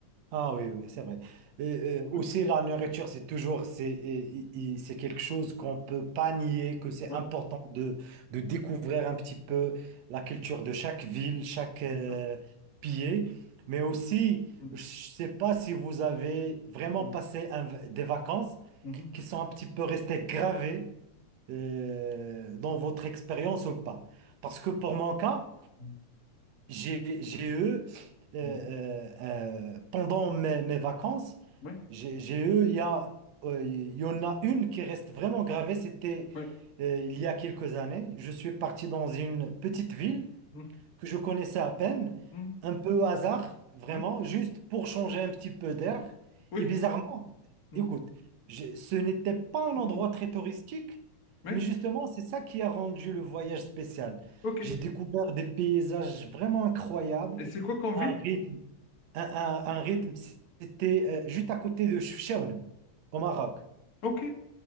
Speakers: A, on the right; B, on the left.
A: Ah oui, oui, c'est vrai. Et, euh,
B: Oui,
A: aussi, la nourriture, c'est toujours, c'est, et- et- c'est quelque chose qu'on peut pas nier, que c'est
B: oui,
A: important de, de découvrir un petit peu la culture
B: Mm.
A: de chaque ville, chaque euh,
B: bien sûr.
A: pays. Mais aussi,
B: Mm,
A: je sais pas si vous avez vraiment
B: mm,
A: passé un- des vacances
B: mhm,
A: qui sont un petit peu restées gravées euh, dans votre expérience ou pas. Parce que pour mon cas,
B: mm,
A: j'ai j'ai eu, euh, euh,
B: mm.
A: euh, pendant mes, mes vacances,
B: Oui,
A: j'ai j'ai eu, il y a, euh, il y en a une qui reste vraiment gravée, c'était
B: oui,
A: euh, il y a quelques années. Je suis parti dans une petite ville
B: mm,
A: que je connaissais à peine,
B: mm,
A: un peu au hasard, vraiment,
B: oui,
A: juste pour changer un petit peu d'air.
B: oui,
A: Et bizarrement,
B: mm,
A: écoute, je- ce n'était pas
B: mm,
A: un endroit
B: mm.
A: très touristique,
B: oui,
A: mais justement, c'est ça qui a rendu le voyage spécial.
B: ok.
A: J'ai découvert des paysages vraiment incroyables,
B: Et c'est quoi comme ville?
A: un rythme, un, un- un rythme, c'était euh, juste à côté de Chefchaouen, au Maroc.
B: Ok,